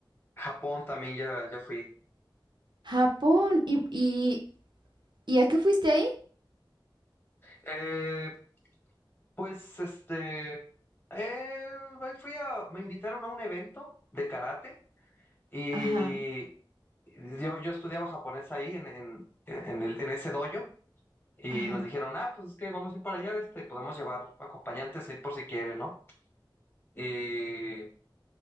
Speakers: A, on the left (about 25°); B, on the right (about 65°).
A: Japón también ya, ya fui.
B: Japón. ¿Y, y ¿Y a qué fuiste ahí?
A: Eh, pues este, eh, ahí fui a, me invitaron a un evento de karate y
B: Ajá,
A: yo, yo estudiaba japonés ahí en, en, en, el, en ese dojo. Y
B: ajá.
A: nos dijeron, ah, pues es que vamos a ir para allá, este, podemos llevar acompañantes ahí por si quieren, ¿no? Y